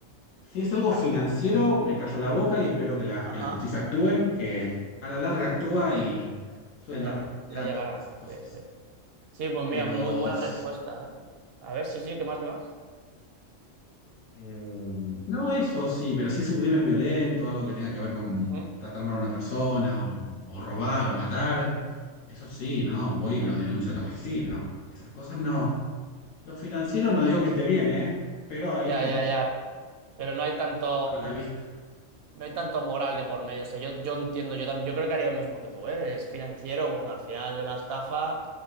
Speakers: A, on the left; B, on the right.
A: Si es algo
B: Claro,
A: financiero,
B: claro.
A: me callo la boca y espero que la, que
B: Ajá,
A: la justicia actúe, que a la larga actúa y suelen
B: ya,
A: dar pena
B: le
A: alta
B: llegará.
A: por esas cosas.
B: Sí, sí. Sí, pues
A: Pero
B: mira, muy buena
A: s-
B: respuesta, ¿eh? A ver, sí, sí, ¿qué más, qué más?
A: Em, no, eso sí, pero si es un crimen violento, algo que tenga que ver con
B: Ujú.
A: tratar mal a una persona, o, o robar, o matar, eso sí, ¿no? Voy y lo denuncio a la policía, ¿no? Esas cosas no. Lo financiero no digo que esté bien, ¿eh? Pero ahí,
B: Ya, ya, ya. Pero no hay tanto.
A: a la vista.
B: No hay tanto moral de por medio. O sea, yo, yo entiendo, yo, tam- yo creo que haría lo mismo que tú, ¿eh? Es financiero, bueno, al final de la estafa